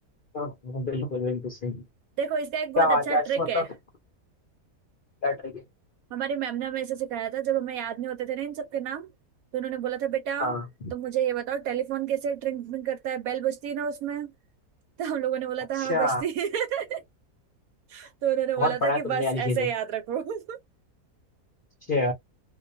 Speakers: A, on the left; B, on the right.
A: हाँ हाँ, बिल्कुल बिल्कुल सही
B: देखो इसका एक बहुत
A: क्या बात
B: अच्छा
A: है आज
B: ट्रिक
A: तो मतलब
B: है
A: क्या ट्रिक है
B: हमारी मैम ने हमें ऐसे सिखाया था जब हमें याद नहीं होते थे ना इन सबके नाम तो उन्होंने बोला था बेटा
A: हाँ
B: तो मुझे ये बताओ टेलीफोन कैसे ट्रिंग ट्रिंग करता है बेल बजती है ना उसमें <laughs> तो हम लोगों ने बोला
A: अच्छा
B: था हाँ बजती है <laughs> तो उन्होंने बोला
A: बहुत
B: था
A: पढ़ा
B: कि
A: है तुमने
B: बस
A: वाली चीजें
B: ऐसे याद रखो <laughs>
A: अच्छा